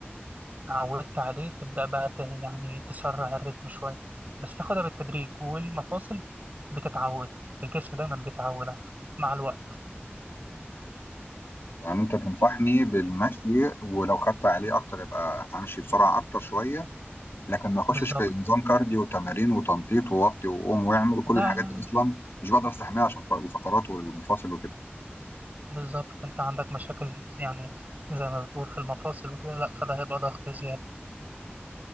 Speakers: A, on the right (about 40°); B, on the left (about 70°).
A: عودت عليه تبدأ بقى ت- يعني تسرع الريتم شوية بس تاخدها بالتدريج والمفاصل بتتعود الجسم دايما بيتعود على فكرة مع الوقت
B: يعني انت تنصحني بالمشي ولو خدت عليه اكتر يبقى امشي بسرعه اكتر شويه لكن ما اخشش
A: بالظبط
B: في نظام كارديو وتمارين وتنطيط ووطي وقوم واعمل وكل
A: لا
B: الحاجات
A: لا
B: دي اصلا مش بقدر استحملها عشان ف- الفقرات والمفاصل وكده
A: بالظبط انت عندك مشاكل يعني زي ما بتقول في المفاصل وكده لا فده هيبقى ضغط زيادة